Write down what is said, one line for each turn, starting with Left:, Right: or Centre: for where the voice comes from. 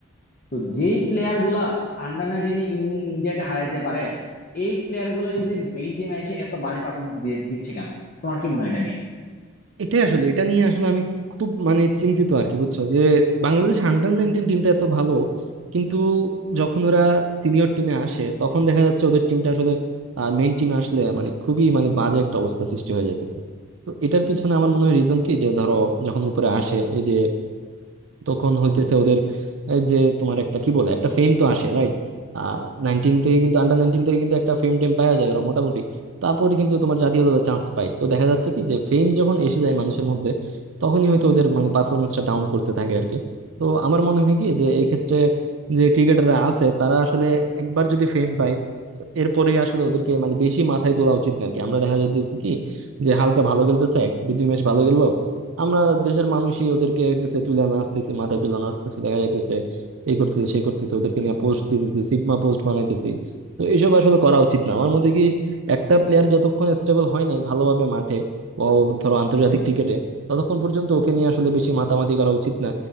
Left: তো যেই প্লেয়ার গুলা আন্ডার নাইনটিন ইন্ডিয়াকে হারাইতে পারে এই প্লেয়ার গুলা যদি মেইন টিমে এসে এত বাজে পারফরমেন্স দিচ্ছে কেন তোমার কি মনে হয় এটা নিয়ে
Right: এটাই আসলে এটা নিয়ে আসলে আমি খুব মানে চিন্তিত আর কি বুঝছো যে বাংলাদেশ আন্ডার নাইনটিন টিমটা এত ভালো কিন্তু যখন ওরা সিনিয়র টিমে আসে তখন দেখা যাচ্ছে ওদের টিমটা আসলে মেইন টিমে আসলে মানে খুবই মানে বাজে একটা অবস্থা সৃষ্টি হয়ে যাইতেছে তো এটার পিছনে আমার মনে হয় রিজন কি যে ধরো যখন উপরে আসে এই যে তখন হইতেছে ওদের এই যে তোমার একটা কি বলে একটা ফেম তো আসে রাইট আহ নাইনটিন থেকে কিন্তু আন্ডার নাইনটিন থেকে কিন্তু একটা ফেম টেম পাওয়া যায় ওরা মোটামুটি তারপরে কিন্তু তোমার জাতীয় দলে চান্স পায় তো দেখা যাচ্ছে কি যে ফেম যখন এসে যায় মানুষের মধ্যে তখনই হয়তো ওদের মানে পারফরমেন্সটা ডাউন করতে থাকে আর কি তো আমার মনে হয় কি যে এই ক্ষেত্রে যে ক্রিকেটাররা আছে তারা আসলে একবার যদি ফেম পায় এরপরে আসলে ওদেরকে মানে বেশি মাথায় তোলা উচিত না আর কি আমরা দেখা যাইতেছে কি যে হালকা ভালো খেলতেছে এক দুই দুই ম্যাচ ভালো খেললো আমরা দেশের মানুষই ওদেরকে হইতেছে তুলে নাচতেছি মাথায় তুলে নাচতেছি দেখা যাইতেছে এই করতেছে সেই করতেছে ওদেরকে নিয়ে পোস্ট দিতেছি সিগমা পোস্ট বানাইতেছি তো এইসব আসলে করা উচিত না আমার মতে কি একটা প্লেয়ার যতক্ষণ স্টেবল হয় নাই ভালোভাবে মাঠে ও ধরো আন্তর্জাতিক ক্রিকেটে ততক্ষণ পর্যন্ত ওকে নিয়ে আসলে বেশি মাতামাতি করা উচিত না